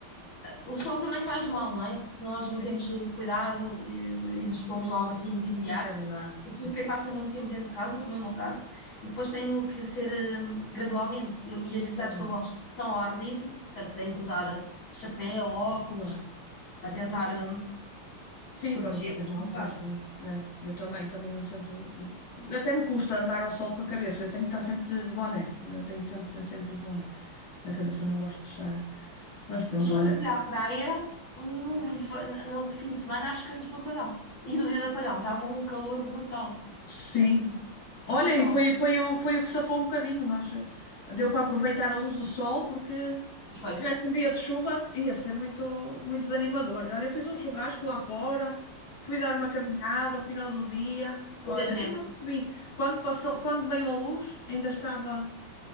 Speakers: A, on the left; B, on the left.
A: O sol também faz mal, não é? Que se nós
B: Sim,
A: não temos eh, cuidado e, e nos pomos logo assim de imediato,
B: é verdade,
A: sobretudo
B: sim.
A: quem passa muito tempo dentro de casa, como é o meu caso, depois tenho que ser eh, gradualmente. Eu- e as atividades
B: Pois é,
A: que eu gosto são ao ar livre, portanto tenho que usar chapéu, óculos,
B: claro.
A: para tentar eh,
B: Sim,
A: proteger
B: para não fazer mal,
A: um
B: fazes
A: bocado.
B: bem. É, eu também, também ando sempre. Até me custa andar ao sol com a cabeça. Eu tenho que estar sempre de, de boné. Eu tenho que sempre, sempre de boné. Na cabeça não gosto de estar. Mas pronto,
A: E já
B: olha.
A: fui à praia no, v- no fim de semana, acho que antes do apagão. E no dia do apagão estava um calor brutal
B: Sim.
A: aqui.
B: Olha,
A: Brutal.
B: e foi, foi, o, foi o que safou um bocadinho. Nós, eh, deu para aproveitar a luz do sol, porque
A: Mas Foi.
B: se tivesse um dia de chuva ia ser muito, muito desanimador. Olha, eu fiz um churrasco lá fora, fui dar uma caminhada ao final do dia. Olha,
A: Muita gente.
B: nem me apercebi. Quando passou, quando veio a luz, ainda estava,